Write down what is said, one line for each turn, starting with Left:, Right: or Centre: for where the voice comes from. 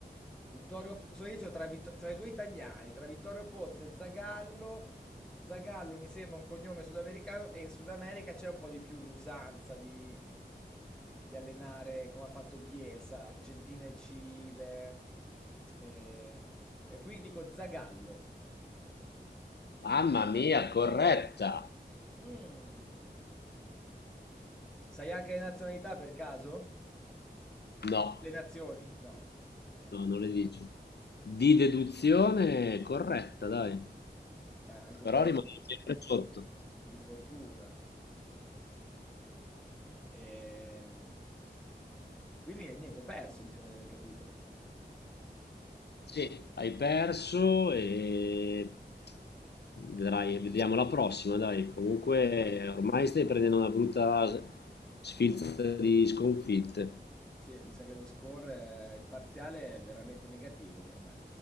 Centre: Vittorio, Po- so io dicevo tra, Vitt- tra i due italiani, tra Vittorio Pozzo e Zagallo. Zagallo mi sembra un cognome sudamericano e in Sud America c'è un po' di più l'usanza di, di allenare come ha fatto Bielsa, Argentina e Cile. E, e qui dico Zagallo.
Left: Mamma mia, corretta!
Centre: Mm. Sai anche le nazionalità per caso?
Left: No,
Centre: Le nazioni? No. No.
Left: no, non le dice. Di deduzione corretta, dai.
Centre: Eh, anche
Left: Però
Centre: un po' di...
Left: rimane
Centre: fu-
Left: sempre sotto.
Centre: di fortuna. Ehm, Quindi eh, niente, ho perso, mi sembra di aver capito.
Left: Sì, hai perso e vedrai, vediamo la prossima, dai. Comunque ormai stai prendendo una brutta sfilza di sconfitte.
Centre: Sì, mi sa che lo score, eh, il parziale è veramente negativo per me.